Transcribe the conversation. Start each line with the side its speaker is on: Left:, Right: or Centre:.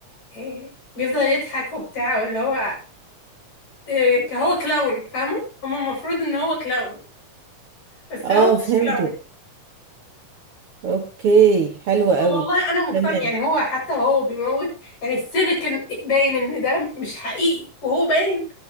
Left: آه، بيفضل يضحك وبتاع اللي هو آه، ك- هو كلاون فاهمة هو المفروض ان هو كلاون بس
Right: اه
Left: هو مش
Right: فهمتك
Left: كلاون
Right: اوكي حلوه
Left: والله
Right: قوي
Left: انا مقتنع
Right: تمام
Left: يعني هو حتى هو بيموت يعني السيليكون باين ان ده مش حقيقي وهو باين